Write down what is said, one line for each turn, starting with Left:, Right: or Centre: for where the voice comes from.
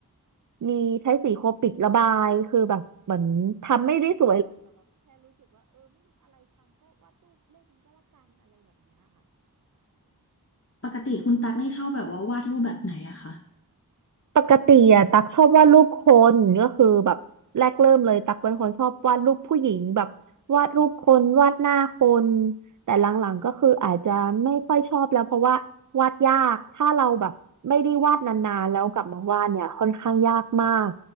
Right: มีใช้สีโคปิกระบายคือแบบเหมือนทำไม่ได้ส
Left: ปกติคุณตั๊กนี่ชอบแบบว่าวาดรูปแบบไหนอะคะ
Right: ปกติอะตักชอบวาดรูปคนก็คือแบบแรกเริ่มเลยตักเป็นคนชอบวาดรูปผู้หญิงแบบวาดรูปคนวาดหน้าคนแต่หลังๆก็คืออาจจะไม่ค่อยชอบแล้วเพราะว่าวาดยากถ้าเราแบบไม่ได้วาดนานๆแล้วกลับมาวาดเนี่ยค่อนข้างยากมาก